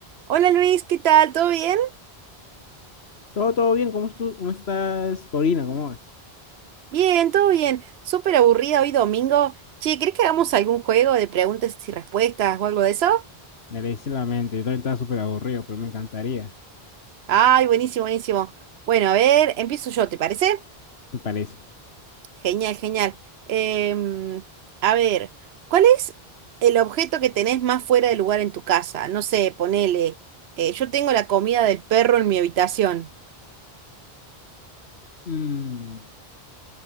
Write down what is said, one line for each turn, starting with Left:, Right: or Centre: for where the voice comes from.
Right: Hola Luis, ¿qué tal? ¿Todo bien?
Left: Todo, todo bien, ¿cómo, estu- cómo estás, Corina? ¿Cómo vas?
Right: Bien, todo bien. Súper aburrida hoy domingo. Che, ¿crees que hagamos algún juego de preguntas y respuestas o algo de eso?
Left: Me leíste la mente, yo también estaba súper aburrido, pero me encantaría,
Right: Ay, buenísimo, buenísimo. Bueno, a ver, empiezo yo, ¿te parece?
Left: me parece.
Right: Genial, genial. Em, a ver, ¿cuál es el objeto que tenés más fuera de lugar en tu casa? No sé, ponele. eh, yo tengo la comida del perro en mi habitación. <laughs>
Left: Mm,